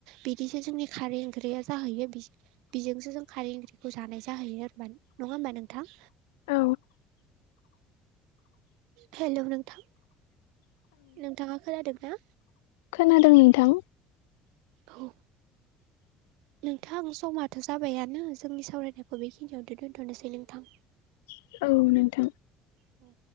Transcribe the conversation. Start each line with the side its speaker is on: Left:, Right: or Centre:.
Right: बिदिसो जोंनि खारै ओंख्रि आरो जाहैयो बिजोंसो जों खारै ओंख्रिखौ जानाय जाहैयो नङा होमबा नोंथां।
Left: औ।
Right: हेलौ नोंथां नोंथाङा खोनादोंना।
Left: खोनादों नोंथां।
Right: औ। नोंथां समाथ' जाबायानो जोंनि सावरायनायखौ बेखिनियावथ' दोन्थ'नोसै नोंथां।
Left: औ नोंथां
Right: औ